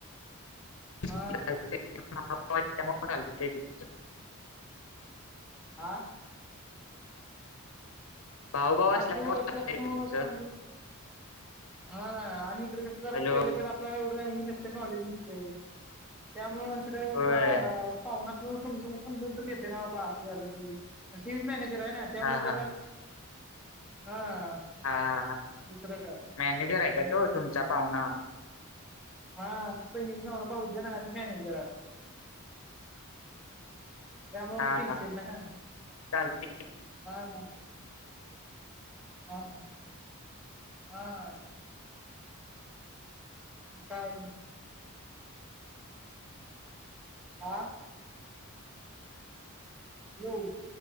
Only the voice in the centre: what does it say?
हा आ
आपलं हो
चल
समज आ आणि इकडे कसं जरा
पहिले पहिल आपल्याला एवढं ह नॉलेज नसते त्यामुळे इकडं
पाहुन म्हणून समजून समजून तर घेते ना बाबा अस झालं की, हे मॅनेज आहे ना त्यामुळे
जरा हा
दुसरं काय
हम्म
हा बहिनचा नवरा भावजीबह मॅनेजर आहे.
त्यामुळे
टेन्शन
नाही.
हा हा हा हा हा हा आता आले. आ हॅलो